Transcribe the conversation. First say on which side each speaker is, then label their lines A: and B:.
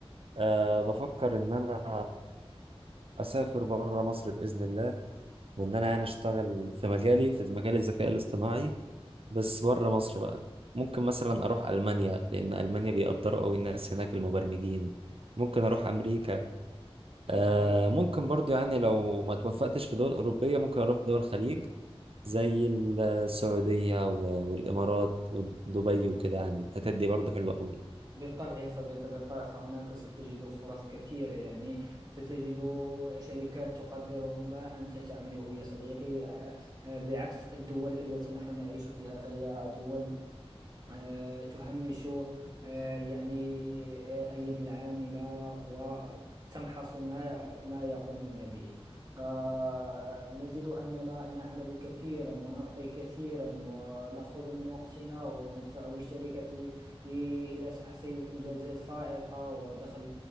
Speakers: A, on the right; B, on the right.
A: أه بفكر إن أنا أسافر بره مصر بإذن الله وإن أنا يعني أشتغل في مجالي في مجال الذكاء الاصطناعي بس بره مصر بقى ممكن مثلا أروح ألمانيا لأن ألمانيا بيقدروا أوي الناس هناك المبرمجين ممكن أروح أمريكا أه
B: بالطبع
A: ممكن برضو يعني لو ما توفقتش في دول أوروبية ممكن أروح دول الخليج زي السعودية و- والإمارات ودبي وكده يعني الحتت دي برضو حلوة أوي
B: بالطبع يا صديقي بالطبع فهناك ستجد فرص كثيرة يعني ستجد شركات تقدر ما أنت تعمله يا صديقي آه، آه، بعكس الدول التي نحن نعيش فيها فهي دول آه، تهمش آه، يعني آه، اليد العاملة وتمحص ما ما يقومون به فنجد أننا نعمل كثيرا ونعطي كثيرا ونأخذ من وقتنا وندفع بالشركة إي- إلى تحصيل إنجازات فائقة ودخل